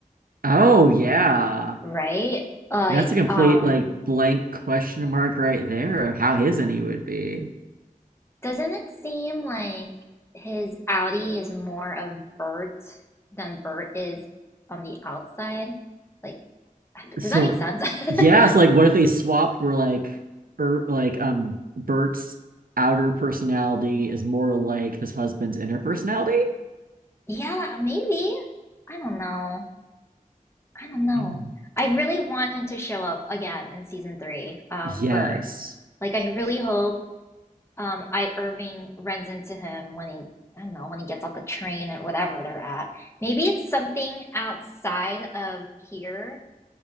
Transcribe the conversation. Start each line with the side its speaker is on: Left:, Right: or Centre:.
Right: Oh yeah.
Left: right? Like,
Right: That's a complete
Left: um,
Right: like blank question mark right there of how his any would be.
Left: doesn't it seem like his outie is more of Bert than Bert is on the outside? Like
Right: So
Left: Does that make sense? <laughs>
Right: yeah, it's like what if they swapped where like Bert like um Bert's outer personality is more like his husband's inner personality?
Left: yeah, maybe. I don't know. I don't know.
Right: Yeah.
Left: I really want him to show up again in season three, um,
Right: Yes.
Left: Bert. Like I really hope um I Irving runs into him when he I don't know, when he gets off the train or whatever they're at. Maybe it's something outside of Kier